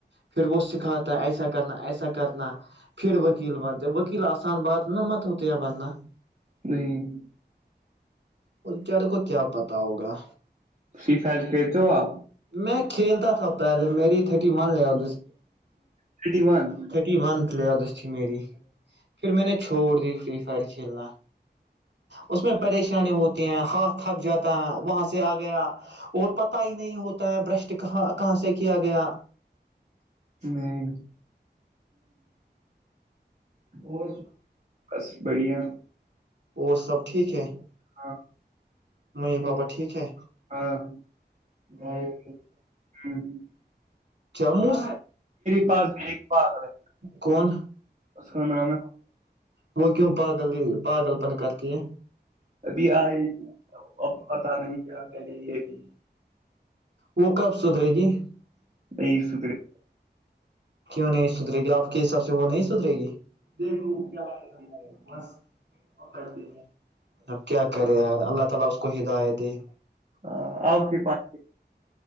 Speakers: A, on the right (about 75°); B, on the right (about 40°).
A: پھر وہ سکھاتا ایسا کرنا ایسا کرنا پھر وکیل بنتا وکیل آسان بات نہ مت ہوتے بننا
B: نہیں
A: اور کیاارے کو کیا پتا ہوگا
B: فری فائر کھیلتے ہو آپ
A: میں کھیلتا تھا پہلے میری تھرٹی ون لیول
B: ہ ای ون <unintelligible>
A: تھرٹی ون پلیرس تھی میری پھر میں نے چھوڑ دی تھری فر کھیلنا اس میں پریشانی ہوتی ہیں ہاتھ تھک جاتا ہے وہاں سے آگے گیا اور پتا ہی نہیں ہوتا ہے برشٹ کہاں کہاں سے کیا گیا
B: نہیں اور <unintelligible> بس بڑھیا
A: اور سب ٹھیک ہے
B: ہاں ہ
A: ممی پاپا ٹھیک
B: ہاں
A: ہے
B: ہ <unintelligible>
A: جموں
B: پاس بھی ایک پاگل ہے
A: کون
B: اس کا نام ہے
A: وہ کیوں پاگل پاگل پن کرتی ہے
B: ابھی آئے
A: آ پپ
B: اب پتا
A: کا نم
B: نہیں کیا
A: کی آ
B: ہے
A: لےبھی وہ کب سدھرے گیے
B: نہیں
A: گی
B: سدھرے
A: کیوں نہیں سدے گی آپ کے حساب سے وہ نہیں سدرے گی دیکھو کیا کرتی ہے بس اور کرتی ہے اب کیا کریں اللہ تعالی اس کو ہدایت دی
B: ہاں، آپ کے پاس